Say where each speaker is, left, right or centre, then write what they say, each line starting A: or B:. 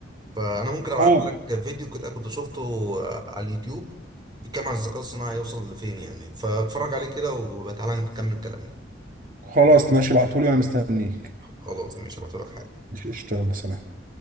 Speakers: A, on the right (about 20°); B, on the right (about 45°).
A: فانا ممكن ابعت
B: اه
A: لك فيديو كده كنت شفته على اليوتيوب بيتكلم عن الذكاء الصناعي يوصل لفين يعني فاتفرج عليه كده وتعالى نكمل كلامنا
B: خلاص ماشي ابعتهولي انا مستنيك
A: خلاص ماشي هبعتلك حالا
B: ماشي اشتغل بصراحة